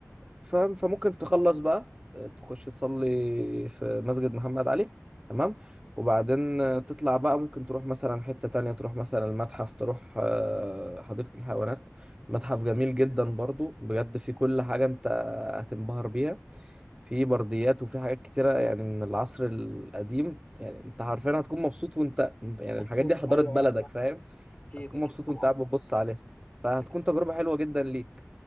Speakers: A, on the right (about 20°); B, on the left (about 25°).
A: فاهم فممكن تخلص بقى تخش تصلي في مسجد محمد علي تمام وبعدين تطلع بقى ممكن تروح مثلا حتة تانية تروح مثلا المتحف تروح آه، حديقة الحيوانات متحف جميل جدا برضو بجد فيه كل حاجة انت هتنبهر بيها في برديات وفي حاجات كتيرة يعني من العصر القديم يعني انت عارفين هتكون مبسوط وانت يعني
B: <laughs>
A: الحاجات دي حضارة
B: ايوه
A: بلدك
B: ايوه فاهم.
A: فاهم
B: اكيد
A: هتكون
B: اكيد
A: مبسوط
B: طبعا
A: وانت قاعد بتبص عليها فهتكون
B: اكيد
A: تجربة حلوة جدا ليك